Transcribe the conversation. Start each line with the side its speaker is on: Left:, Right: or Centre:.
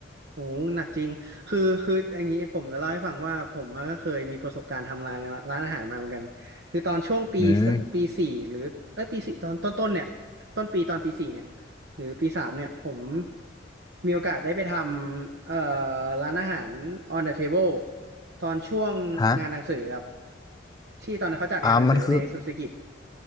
Right: โอ้หนักจริง คือคืออย่างนี้ผมจะเล่าให้ฟังว่าผมอะก็เคยมีประสบการณ์ทำร้านร้านอาหารมาเหมือนกัน คือตอนช่วงปีสปีสี่หรือเอ้ยปีสี่ตอนต้นต้นเนี่ย
Left: อืม
Right: ต้นปีตอนปีสี่เนี่ยหรือปีสามเนี่ยผมมีโอกาสได้ไปทำเอ่อร้านอาหาร on the table ตอนช่วงงานหนังสือครับ
Left: ฮะ
Right: ที่ตอนนั้นเขาจัดงานหนังสือในสุสกิจ
Left: อ่ามันคือ